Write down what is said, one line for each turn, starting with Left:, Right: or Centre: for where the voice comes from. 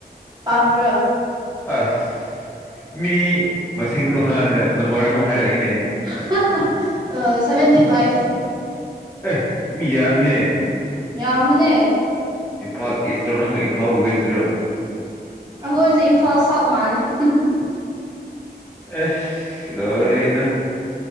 Right: ꯄꯥꯝꯕ꯭ꯔꯣ
Left: ꯑꯁ ꯃꯤ ꯃꯁꯤꯡꯗꯣ ꯍꯡꯉꯒ ꯅꯝꯕꯔ ꯑꯃꯨꯛ ꯍꯥꯏꯔꯛꯑꯦꯅꯦ
Right: <unintelligible> ꯁꯚꯦꯟꯇꯤꯐꯥꯏꯚ
Left: ꯑꯦ ꯃꯤ ꯌꯥꯝꯃꯤꯍ‌ꯦ
Right: ꯌꯥꯝꯕꯅꯦ
Left: ꯏꯝꯐꯥꯜ ꯏꯁꯇꯣ ꯅꯠꯇ꯭ꯔꯒ ꯏꯝꯐꯥꯜ ꯋꯦꯁꯇꯗꯣ
Right: ꯑꯩꯈꯣꯏꯖꯤ ꯏꯝꯐꯥꯜ ꯁꯥꯛ ꯃꯥꯜꯂꯦ <unintelligible>
Left: ꯑꯦꯁ ꯂ‌ꯣꯏꯔ‌ꯦ ꯅꯪ